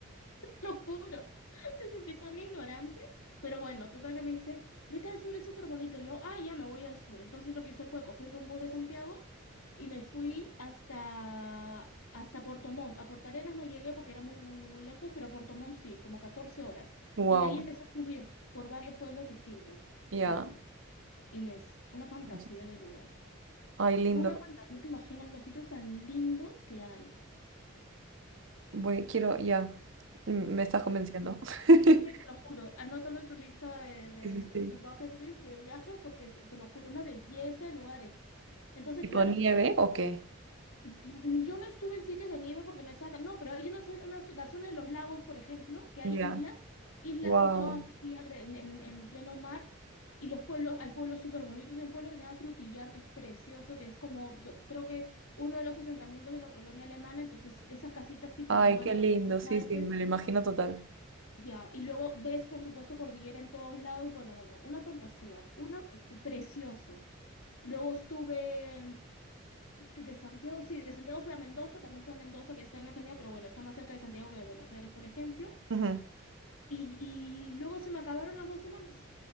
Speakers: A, on the left; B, on the right.
A: Lo juro. Me sentí tan ignorante. Pero bueno, total que me dice, vete al sur, es súper bonito. Y yo, ah, ya me voy al sur. Entonces lo que hice fue coger un bus de Santiago y me fui hasta, hasta Puerto Montt. A Puerto Arenas no llegué porque era muy, muy, muy, muy lejos, pero a Puerto Montt sí, como 14 horas.
B: Wow.
A: Y de ahí empecé a subir por varios pueblos distintos.
B: Ya.
A: Bueno, Inés, una fantasía
B: Eso.
A: de lugar.
B: Ay, lindo.
A: Una fantasía, no te imaginas los sitios tan lindos que hay.
B: Voy, quiero, ya. Mm, Me estás convenciendo. <laughs>
A: Es que te lo juro, anótalo en tu lista de, de-
B: Sí, sí, sí.
A: en tu bucket list de viajes, porque te, te lo juro, una belleza de lugares. Entonces,
B: ¿Tipo
A: claro,
B: nieve o qué?
A: mm, yo no estuve en sitios de nieve porque no estaba tan, no, pero hay una, zona- una zo- la zona de los lagos, por ejemplo, que hay
B: Ya.
A: islas, islas
B: Wow.
A: y todas así alre- en, en- en pleno mar, y los pueblos, hay pueblos súper bonitos, hay un pueblo que se llama Frutillar, que es precioso, que es como, do- creo que uno de los asentamientos de la colonia alemana, entonces esas casitas tipo
B: Ay,
A: Alemania,
B: qué lindo,
A: pero en los
B: sí,
A: Alpes.
B: sí, me lo imagino total.
A: Ya, y luego ves, por supuesto, cordillera en todos lados. Bueno, bueno, una fantasía, una precioso. Luego estuve en- de Santiago, sí, de Santiago fui a Mendoza, también fui a Mendoza, que está en Argentina, pero bueno, está más cerca de Santiago que de Buenos Aires, por ejemplo.
B: Ujú.
A: Y, y luego se me acabaron las dos semanas.